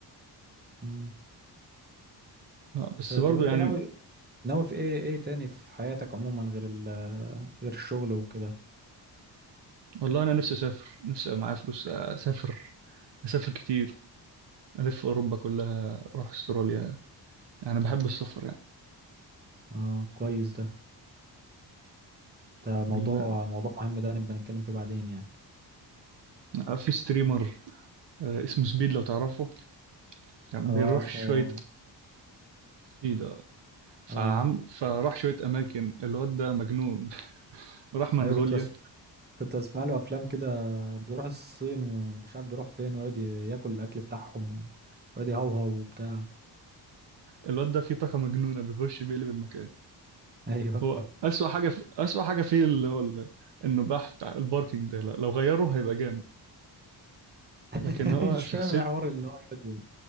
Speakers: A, on the right; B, on the right.
A: مم.
B: لا بس
A: آه،
B: برضه
A: طب انت
B: يعني
A: ناوي ناوي في ايه ايه تاني في حياتك عموما غير ال غير الشغل وكده
B: والله أنا نفسي أسافر نفسي أبقى معايا فلوس أسافر أسافر كتير ألف أوروبا كلها أروح أستراليا يعني بحب السفر
A: اه كويس ده ده موضوع
B: ال-
A: موضوع مهم ده نبقى نتكلم فيه بعدين يعني
B: أنا في ستريمر آه، اسمه سبيد لو تعرفه كان
A: اه
B: بيروح
A: اسمه
B: شوية سبيد آه. فعم
A: اه
B: فراح شوية أماكن الواد ده مجنون <laughs> راح منغوليا
A: ايوه كنت بس كنت اسمع له افلام كده بيروح الصين ومش عارف بيروح فين ويقعد ياكل الاكل بتاعهم ويقعد يهوهو وبتاع
B: الواد ده فيه طاقة مجنونة بيخش بيقلب المكان
A: ايوه
B: هو أسوأ حاجة في... أسوأ حاجة فيه اللي هو ال... النباح بتاع الباركينج ده لا، لو غيره هيبقى جامد
A: <laughs>
B: لكن هو
A: مش
B: شخصية
A: فاهم ايه حوار ان هو يقعد